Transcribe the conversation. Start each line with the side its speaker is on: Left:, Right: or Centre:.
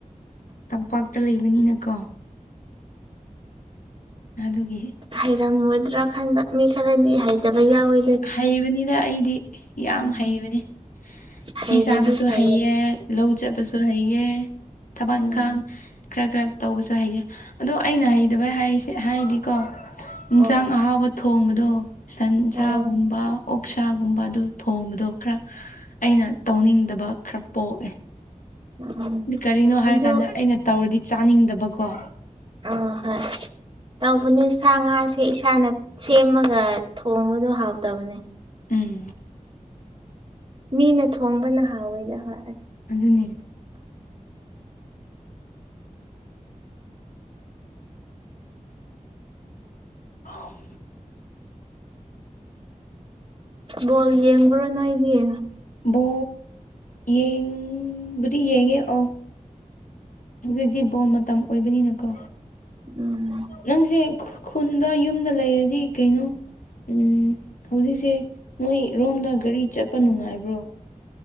Left: ꯇꯝꯄꯥꯛꯇ ꯂꯩꯕꯅꯤꯅꯀꯣ ꯑꯗꯨꯒꯤ
Right: ꯍꯩꯔꯝꯃꯣꯏꯗ꯭ꯔꯥ ꯈꯟꯕ ꯃꯤ ꯈꯔꯗꯤ ꯍꯩꯇꯕ ꯌꯥꯎꯋ
Left: ꯍꯩꯕꯅꯤꯗ ꯑꯩꯗꯤ ꯌꯥꯝ
Right: ꯎꯝ
Left: ꯍꯩꯕꯅꯤ
Right: ꯍꯩꯔꯗꯤ
Left: ꯐꯤ ꯁꯥꯕꯁꯨ
Right: ꯐꯩꯌꯦ
Left: ꯍꯩꯌꯦ ꯂꯧ ꯆꯠꯄꯁꯨ ꯍꯩꯌꯦ ꯊꯕꯛ
Right: ꯎꯝ
Left: ꯏꯪꯈꯥꯡ ꯈꯔ ꯈꯔ ꯇꯧꯕꯁꯨ ꯍꯩꯒꯦ ꯑꯗꯣ ꯑꯩꯅ ꯍꯩꯇꯕꯁꯦ ꯍꯥꯏꯗꯤꯀꯣ ꯏꯟꯁꯥꯡ
Right: ꯑꯥ
Left: ꯑꯍꯥꯎꯕ ꯊꯣꯡꯕꯗꯣ ꯁꯟꯁ
Right: ꯑꯣ
Left: ꯑꯣꯛꯁꯥꯒꯨꯝꯕ ꯑꯗꯨ ꯊꯣꯡꯕꯗꯣ ꯈꯔ ꯑꯩꯅ ꯇꯧꯅꯤꯡꯗꯕ ꯈꯔ ꯄꯣꯛꯑꯦ
Right: ꯎꯝ
Left: ꯑꯗꯨ ꯀꯔꯤꯅꯣ ꯍꯥꯏꯀꯥꯟꯗ
Right: ꯑꯗꯨ
Left: ꯑꯩꯅ ꯇꯧꯔꯗꯤ ꯆꯥꯅꯤꯡꯗꯕꯀꯣ
Right: ꯑꯥ ꯍꯣꯏ ꯇꯧꯕꯅꯦ ꯁꯥ ꯉꯥꯁꯦ ꯏꯁꯥꯅ ꯁꯦꯝꯃꯒ ꯊꯣꯡꯕꯗꯣ ꯍꯥꯎꯇꯕꯅꯦ
Left: ꯎꯝ
Right: ꯃꯤꯅ ꯊꯣꯡꯕꯅ ꯍꯥꯎꯋꯤꯗ ꯍꯣꯏ ꯑꯁ
Left: ꯑꯗꯨꯅꯦ ꯍꯥꯎꯝ
Right: ꯕꯣꯜ ꯌꯦꯡꯕ꯭ꯔꯣ ꯅꯣꯏꯗꯤ
Left: ꯕꯣ ꯌꯦꯡꯕꯨꯗꯤ ꯌꯦꯡꯉꯦ ꯑꯣ ꯍꯧꯖꯤꯛꯇꯤ ꯕꯣꯜ ꯃꯇꯝ ꯑꯣꯏꯕꯅꯤꯅꯀꯣ
Right: ꯎꯝ
Left: ꯅꯪꯁꯦ ꯈꯨꯟꯗ ꯌꯨꯝꯗ ꯂꯩꯔꯗꯤ ꯀꯩꯅꯣ ꯎꯝ ꯍꯧꯖꯤꯛꯁꯦ ꯅꯣꯏꯔꯣꯝꯗ ꯒꯥꯔꯤ ꯆꯠꯄ ꯅꯨꯡꯉꯥꯏꯕ꯭ꯔꯣ